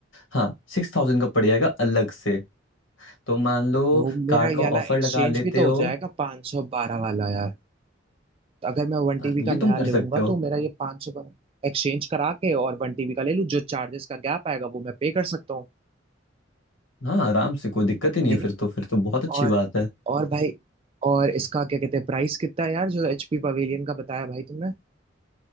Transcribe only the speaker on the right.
तो मेरा
ये
वाला
एक्सचेंज
भी तो
हो जाएगा 512 वाला यार अगर मैं वन
टीबी
का नया
लूंगा
तो मेरा ये पाँच सौ एक्सचेंज करा के और वन टीबी का ले लूँ जो चार्जेस का गैप आएगा वो मैं पे कर सकता हूँ
ये
नहीं
और
और भाई और इसका क्या कहते हैं प्राइस कितना है यार जो एचपी पवेलियन का बताया भाई तुमने